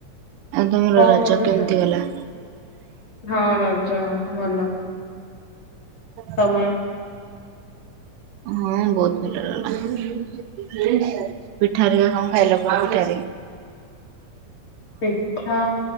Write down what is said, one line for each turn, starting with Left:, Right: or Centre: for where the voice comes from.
Right: ଆ ତମର
Left: କଣ
Right: ରଜ
Left: କରୁଛ?
Right: କେମିତି ଗଲା?
Left: ହଁ ରଜ ଭଲ।
Right: ହଁ।
Left: ତମର
Right: ହଁ ବହୁତ ଭଲ ଲାଗେ। ପିଠା ହେରିକା କଣ ଖାଇଲ ବାହୁଡ଼ାରେ?
Left: ପିଠା